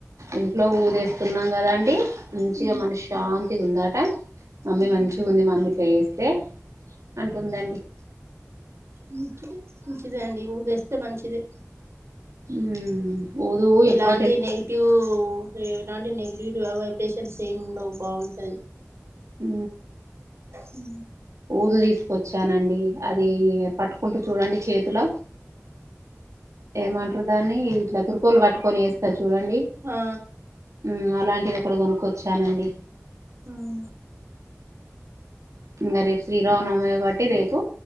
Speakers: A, on the right; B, on the right.
A: ఇంట్లో ఊదేస్తున్నాం కదండి మంచిగా
B: ఉ
A: మనశ్శాంతిగ ఉందట మమ్మీ
B: అవును
A: మంచిగ ఉంది మమ్మీ ఇట్ల చేస్తే అంటుందండి
B: ముంచి ముంచిదే అండి ఊదేస్తే మంచిది
A: ఉమ్ ఊదు ఎప్పుడో
B: ఎలాంటి
A: తెచ్చి
B: నెగటివ్ ఎలాంటి నెగిటివ్ వైబ్రేషన్స్ ఏమి ఉండవు బాగుంటది
A: ఉ
B: హ
A: ఊదు తీసుకొచ్చానండి అది పట్టుకుంటూ చూడండి చేతిలో ఏమంటరు దాన్ని ఇట్లా తురుకొల్లు పట్టుకొని ఎస్తరు చూడండి
B: ఆ
A: ఉ అలాంటి ఇదొక్కటి కొనుక్కొచ్చానండి
B: అవును
A: ఇంకా రేపు శ్రీరామనవమి కాట్టి రేపు